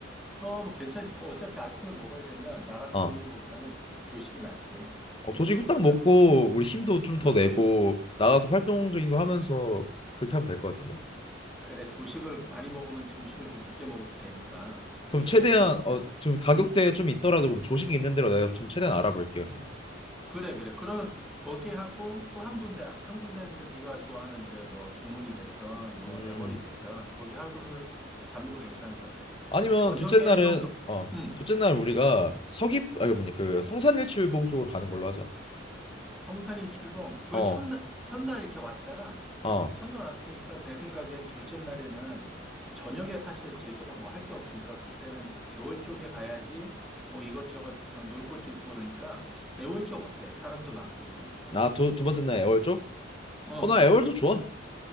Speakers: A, in the centre; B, on the left (about 30°).
A: 어, 뭐 괜찮지. 그 어차피 아침을 먹어야 되면 나가서
B: 어.
A: 먹는 것보다는 조식이 낫지.
B: 어,
A: 음,
B: 조식 후딱
A: 그러면
B: 먹고 우리 힘도 좀
A: 그렇지.
B: 더 내고 나가서 활동적인 거 하면서 그렇게 하면 될 것 같은데.
A: 그래, 조식을 많이 먹으면 점심을 좀 늦게 먹어도 되니까. 조식
B: 그럼 최대한
A: 먹고 움직이자.
B: 어, 지금 가격대에
A: 음,
B: 좀 있더라도 그럼 조식이 있는 대로 내가 좀 최대한 알아볼게요. 그러면.
A: 그래, 그래. 그러면 거기 하고 또 한 군데, 한 군데는 이제 네가 좋아하는 데 뭐 중문이 됐던 뭐
B: 음
A: 애월이 됐던 거기 하루를 잡는 거 괜찮은 것 같아.
B: 아니면
A: 저녁에
B: 둘째 날은
A: 좀, 노-
B: 어
A: 음.
B: 둘째 날 우리가 서귀 아 이거 뭐냐 그 성산일출봉 쪽으로 가는 걸로 하자.
A: 성산일 출봉, 그걸
B: 어
A: 첫날, 첫날 이렇게 왔잖아.
B: 어
A: 첫날 왔으니까 내 생각엔 둘째 날에는 저녁에 사실 제주도가 뭐 할 게 없으니까 그때는 애월 쪽에 가야지 뭐 이것저것 어, 놀 것도 있고 그러니까 애월 쪽 어때? 사람도 많고 그러니까.
B: 나두 두 번째 날 애월 쪽?
A: 어,
B: 어 나 애월도 좋아.